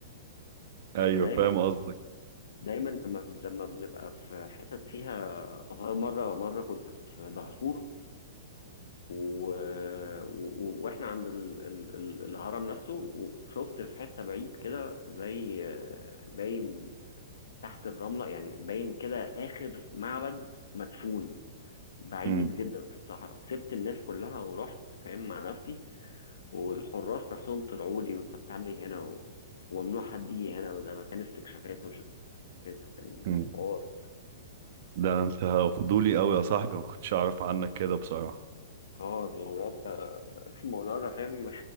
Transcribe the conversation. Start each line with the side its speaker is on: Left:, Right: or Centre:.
Right: ايوه
Left: يعني دايما
Right: فاهم قصدك
Left: دايما لما لما بنبقى في حتت فيها مره مره كنت في دهشور و... و... واحنا عند ال... ال... ال- الهرم نفسه وشفت في حته بعيد كده زي آه، باين تحت الرمله يعني باين كده اخر معبد مدفون بعيد
Right: مم.
Left: جدا في الصحراء سبت الناس كلها ورحت فاهم مع نفسي والحراس نفسهم طلعوا لي وانت بتعمل ايه هنا و... وممنوع حد يجي هنا وده مكان استكشافات وشفافات وكان
Right: مم.
Left: الحوار
Right: ده انت فضولي قوي يا صاحبي ما كنتش اعرف عنك كده بصراحة
Left: اه الموضوع ده <laughs> الموضوع ده فاهم